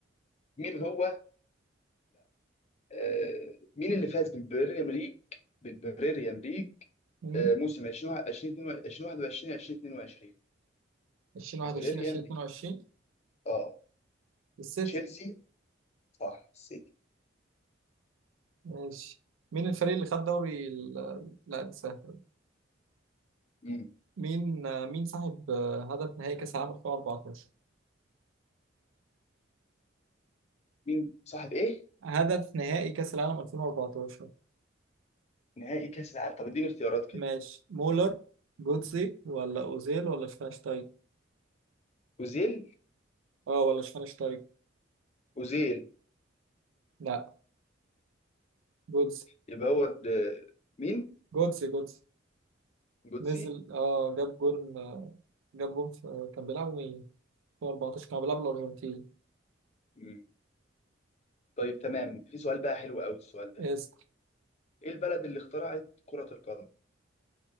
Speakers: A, on the left (about 35°); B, on the right (about 85°).
A: مين هو آه، مين اللي فاز بالبريمير ليج بالبريمير ليج
B: مم.
A: آه، موسم 20 2021 2022
B: 2021
A: البريمير
B: 2022
A: ليج اه
B: السيتي
A: تشيلسي صح السيتي
B: ماشي مين الفريق اللي خد دوري ال... لا ده سهل
A: مم.
B: مين آه، مين صاحب آه، هدف نهائي كأس العالم 2014
A: مين صاحب ايه
B: هدف نهائي كأس العالم 2014
A: نهائي كاس العالم طب اديني اختيارات كده
B: ماشي مولر جوتزي ولا أوزيل ولا شفاينشتايج
A: اوزيل
B: اه ولا شفاينشتايج
A: اوزيل
B: لا جوتزي
A: يبقى هو د- مين
B: جوتزي جوتزي
A: جوتسي
B: نزل اه جاب جون آه، جاب جون في آه، كان بيلعبوا مين 2014 كانوا بيلعبوا الأرجنتين
A: مم. طيب تمام في سؤال بقى حلو قوي السؤال ده
B: اسم
A: ايه البلد اللي اخترعت كرة القدم